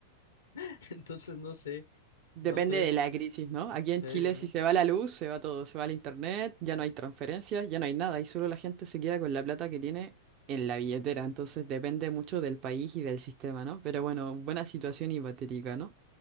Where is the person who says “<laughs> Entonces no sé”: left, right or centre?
Left